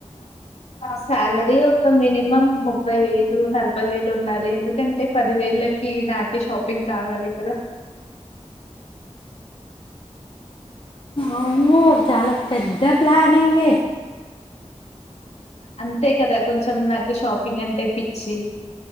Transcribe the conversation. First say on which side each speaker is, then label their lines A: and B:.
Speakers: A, on the left; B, on the left.
A: సెలరి ఇ మినిమం ముప్పై వేలు నలభై వేలు ఉండాలి ఎందుకంటే పది వేలకి నాక షాపింగ్ కావాలి కదా
B: అమ్మ చాలా పెద్ద ప్లానింగ్
A: అంతే కదా కొంచెం నాకు షాపింగ్ అంటే పిచ్చి